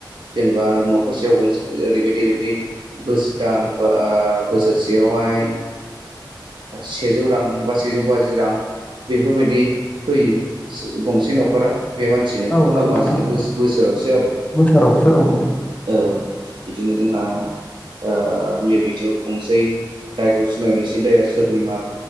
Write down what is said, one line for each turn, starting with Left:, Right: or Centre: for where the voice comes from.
Right: जेनेबा न'खरसेयाव गंसे ओरैबायदि ओरैबायदि बोस दान बा ओ बोसोर सेयावहाय सेजौ रां बा सेजौ बाजि रां बेफोरबायदि होयो गंसे न'खरा बे मानसिनो
Left: औ
Right: हालमाजिनो
Left: नंगौ नोंथां
Right: बोसोरावसो आरो
Left: बोसोरावसो औ
Right: औ बिदिनो जोंहा ओ मिल मिथिंयाव खुंसै। दायखौ सिनायनोसै दाया सोरनि मा